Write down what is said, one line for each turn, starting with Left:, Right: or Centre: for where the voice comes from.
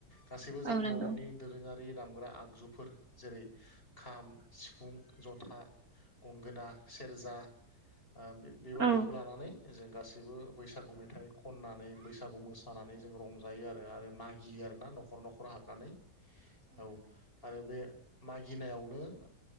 Left: गासैबो जों
Right: औ नंगौ
Left: बर'नि दोरोङा रि दामग्रा आगजुफोर जेरै खाम सिफुं जथा। गंगोना सेरजा। ओ बे-बेबादिखौ
Right: औ
Left: लानानै जों गासैबो बैसागु मेथाइ खननानै बैसागु मोसाना नै जों रंजायो आरो आरो मागियो आरो ना नखर नखर हाबनानै औ आरो बे मागि गिनायावनो ओ